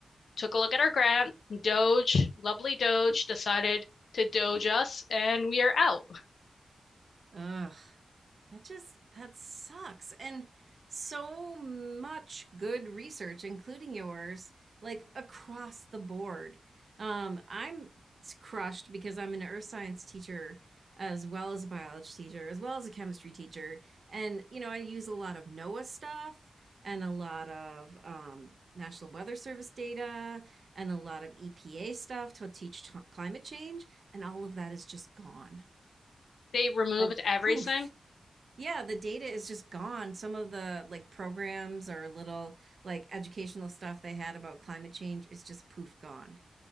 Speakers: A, on the left; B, on the right.
A: took a look at our grant. Doge, lovely Doge, decided to Doge us, and we are out.
B: Ugh. That just that sucks. And so much good research, including yours, like across the board. Um, I'm crushed because I'm an earth science teacher as well as a biology teacher, as well as a chemistry teacher. And, you know, I use a lot of NOAA stuff and a lot of um, National Weather Service data and a lot of EPA stuff to teach t- climate change. And all of that is just gone.
A: they removed
B: Like,
A: everything.
B: poof. Yeah, the data is just gone. Some of the like programs or little like educational stuff they had about climate change is just poof gone.